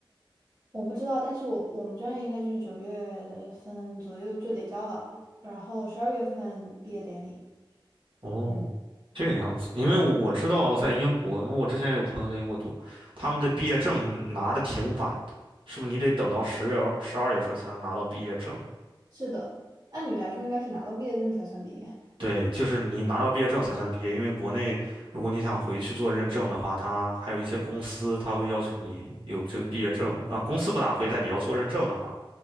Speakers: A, on the right; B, on the right.
A: 我不知道，但是我我们专业应该就是九月份左右就得交了，然后十二月份毕业典礼。
B: 哦，
A: 嗯，
B: 这个样子，因为我我知道在英国，因为我之前有朋友在英国读，他们的毕业证拿的挺晚的，是不是？你得等到十月、十二月份才能拿到毕业证？
A: 是的，按理来说应该是拿到毕业证才算毕业，
B: 对，就是你拿到毕业证才算毕业，因为国内如果你想回去做认证的话，它还有一些公司，它会要求你有这个毕业证啊，公司不大会，但你要做认证的话，